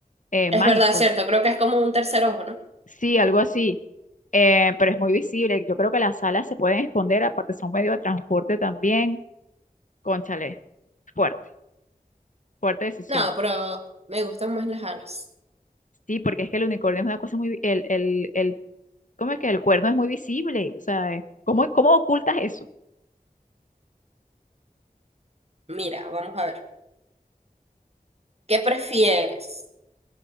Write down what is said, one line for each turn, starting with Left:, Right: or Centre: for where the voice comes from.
Left: eh,
Right: Es
Left: mágicos.
Right: verdad, es cierto. Creo que es como un tercer ojo, ¿no?
Left: Sí, algo así. Eh, pero es muy visible. Yo creo que las alas se pueden esconder, aparte son medio de transporte también. Cónchale, fuerte, fuerte decisión.
Right: No, pero me gustan más las alas.
Left: Sí, porque es que el unicornio es una cosa muy... vi- El, el, el, ¿cómo es que el cuerno es muy visible? O sea, eh, ¿cómo, cómo ocultas eso?
Right: Mira, vamos a ver. ¿Qué prefieres?